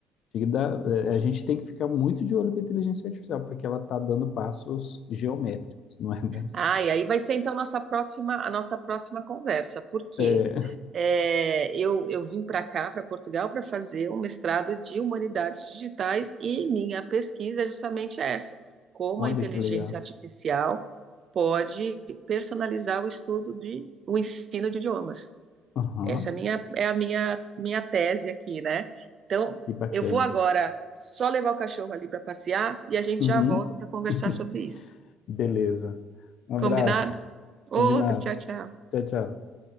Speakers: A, on the left (about 65°); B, on the right (about 55°).
A: tinha que dar, é, a gente tem que ficar muito de olho com a inteligência artificial, porque ela está dando passos geométricos, não é mesmo?
B: Ah, e aí vai ser então nossa próxima, a nossa próxima conversa, porque
A: É,
B: é, eu, eu vim para cá, para Portugal, para fazer um mestrado de humanidades digitais e minha pesquisa é justamente essa: como
A: olha
B: a inteligência
A: que legal.
B: artificial pode personalizar o estudo de o ensino de idiomas.
A: Aham,
B: Essa é a minha, é a minha, minha tese aqui, né? Então,
A: que bacana.
B: eu vou agora só levar o cachorro ali para passear e a gente
A: Uhum.
B: já volta para conversar
A: <laughs>
B: sobre isso.
A: Beleza. Um abraço.
B: Combinado? Outro,
A: Combinado.
B: tchau, tchau.
A: Tchau, tchau.